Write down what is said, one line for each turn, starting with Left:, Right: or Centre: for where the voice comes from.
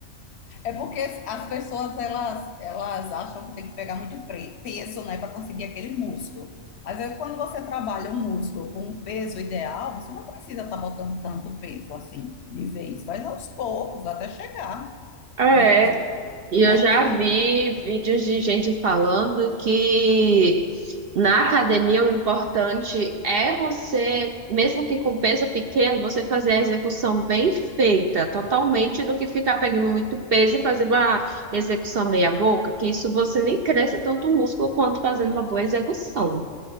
Left: é porque as pessoas elas, elas acham que tem que pegar muito pre- peso, né, para conseguir aquele músculo. Mas é quando você trabalha um músculo com um peso ideal, você não precisa estar botando tanto peso assim de vez, vai aos poucos até chegar
Right: Ah,
Left: num
Right: é.
Left: peso,
Right: E
Left: né?
Right: eu já
Left: Mas tem
Right: vi vídeos de gente falando que na academia o importante é você, mesmo que com peso pequeno, você fazer a execução bem feita, totalmente, do que ficar pegando muito peso e fazer uma execução meia boca, que isso você nem cresce tanto o músculo quanto fazendo uma boa execução.